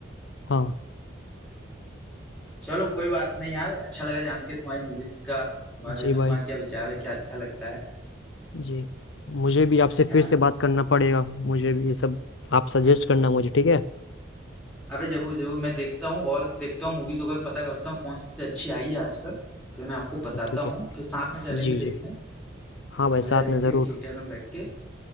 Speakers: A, on the left (about 70°); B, in the centre.
A: हाँ
B: चलो कोई बात नहीं यार अच्छा लगा जान के तुम्हारी मूवीज का बारे
A: जी
B: में
A: भाई
B: तुम्हारा क्या विचार है क्या अच्छा लगता है
A: जी मुझे भी आपसे
B: है
A: फिर
B: ना
A: से बात करना पड़ेगा मुझे भी ये सब आप सजेस्ट करना मुझे ठीक है
B: अबे जरूर जरूर मैं देखता हूँ और देखता हूँ मूवीज वगैरह पता करता हूँ कौन सी अच्छी आई है आजकल फिर मैं आपको बताता
A: ठीक है
B: हूँ फिर साथ में चलेंगे
A: जी जी
B: देखने
A: हाँ भाई
B: मजा
A: साथ
B: लेंगे
A: में ज़रूर
B: थिएटर में बैठ के